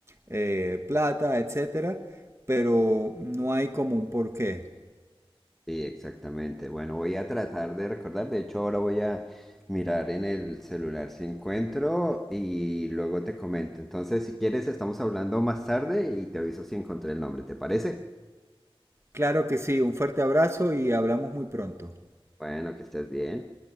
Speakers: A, on the right; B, in the centre.
A: eh, plata, etcétera, pero no hay como un porqué.
B: Sí, exactamente. Bueno, voy a tratar de recordar. De hecho, ahora voy a mirar en el celular si encuentro y luego te comento. Entonces, si quieres, estamos hablando más tarde y te aviso si encontré el nombre. ¿Te parece?
A: Claro que sí, un fuerte abrazo y hablamos muy pronto.
B: Bueno, que estés bien.